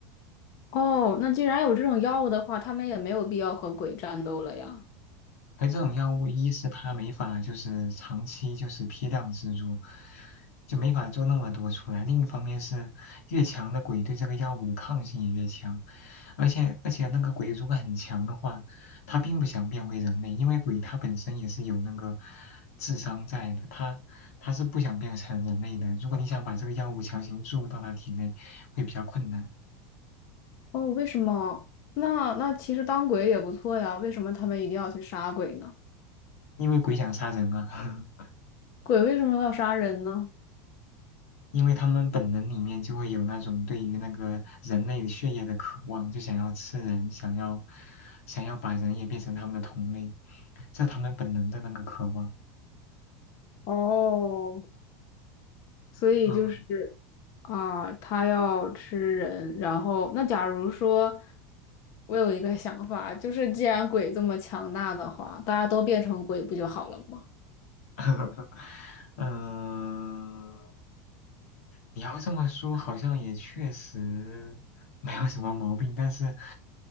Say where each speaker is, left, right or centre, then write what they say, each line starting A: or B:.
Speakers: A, on the left; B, on the left.
A: 哦，那既然有这种药物的话，他们也没有必要和鬼战斗了呀。
B: 而这种药物，一是它没法就是长期就是批量制作，就没法做那么多出来。另一方面是，越强的鬼对这个药物的抗性也越强，而且而且那个鬼如果很强的话，他并不想变回人类，因为鬼它本身也是有那个智商在的，他他是不想变成人类的。如果你想把这个药物强行注入到他体内，会比较困难，
A: 哦，为什么？那那其实当鬼也不错呀，为什么他们一定要去杀鬼呢？
B: 因为鬼想杀人啊。<laughs>
A: 鬼为什么要杀人呢？
B: 因为他们本能里面就会有那种对于那个人类的血液的渴望，就想要吃人，想要想要把人也变成他们的同类，这他们本能的那个渴望。
A: 哦，所以就是啊，
B: 嗯，
A: 他要吃人。然后，那假如说，我有一个想法，就是既然鬼这么强大的话，大家都变成鬼不就好了吗？
B: <laughs> 嗯，你要这么说，好像也确实没有什么毛病，但是